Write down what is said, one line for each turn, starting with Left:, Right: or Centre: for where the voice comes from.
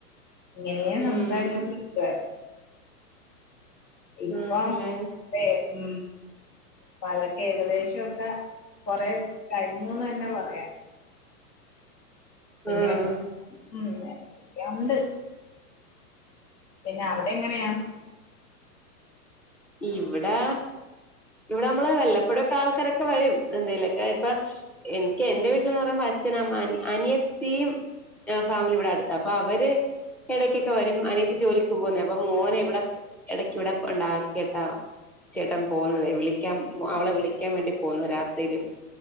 Left: ഇങ്ങനെയേ
Centre: ഉം
Left: സംസാരിച്ചോണ്ടിരിക്കുവായിരുന്നു ഇപ്പം
Centre: ആണല്ലേ
Left: ഏ ഉം അപ്പൊ അതൊക്കെ ഏകദേശൊക്കെ കൊറെ കഴിഞ്ഞുന്ന് തന്നെ പറയാം പിന്നെട
Centre: ആഹ്
Left: ഉം ഉണ്ട് പിന്നെ അവിടെ എങ്ങനെയാ
Centre: ഇവിടെ ഇവിടെ നമ്മള് വല്ലപ്പോഴും ആൾക്കാരൊക്കെ വരും എന്തെലൊക്കെ ഇപ്പൊ എനിക്ക് എന്റെ വീട്ടിലന്ന് പറയുമ്പോ അച്ഛന അമ്മ അനിയത്തിയും ആഹ് ഫാമിലി ഇവിടെ അടുത്ത അപ്പൊ അവര് ഇടയ്ക്കൊക്കെ വരും അനിയത്ത് ജോലിക്ക് പോകുന്നേ അപ്പ മോന ഇവിടെ ഇടയ്ക്ക് ഇവിടെ ഉണ്ട കേട്ടാ ചേട്ടൻ പോകുന്നതേ വിളിക്കാൻ അവളെ വിളിക്കാൻ വേണ്ടി പോകുന്നു രാത്രിൽ